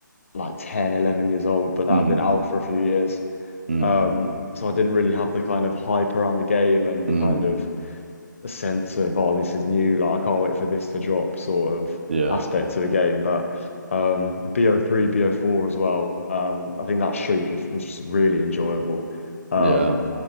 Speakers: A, on the left; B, on the right.
A: like 10, 11 years old, but that
B: mm,
A: had been out for a few years.
B: mm,
A: Um, so I didn't really have the kind of hype around the game and
B: mm.
A: the kind of the sense of, oh, this is new, like I can't wait for this to drop sort of
B: Yeah.
A: aspect to a game. But um BO3, BO4 as well. Um, I think that streak was just really enjoyable. Um,
B: Yeah.